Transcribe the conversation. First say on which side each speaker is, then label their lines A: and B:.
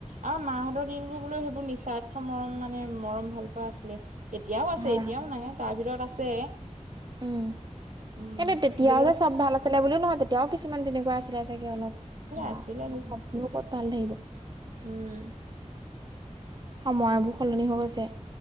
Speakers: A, on the right; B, on the right.
A: আমাৰ মা হঁতৰ দিনবোৰ বোলো সেইবোৰ নিস্বাৰ্থ মৰম মানে মৰম ভাল পোৱা আছিলে। এতিয়াও আছে
B: হয়
A: এতিয়াও
B: হয়
A: নাহে তাৰ ভিতৰত আছে।
B: উম',
A: উম
B: কিন্তু তেতিয়াও
A: হলেও
B: যে চব ভাল আছিল লে বুলিও নহয় তেতিয়াও কিছুমান তেনেকুৱা আছিলে চাগে অলপ, বেয়া,
A: আছিলে আছিলে সেই
B: চবনো ক'ত ভাল থাকিব।
A: উম
B: সময়বোৰ সলনি হৈ গৈছে।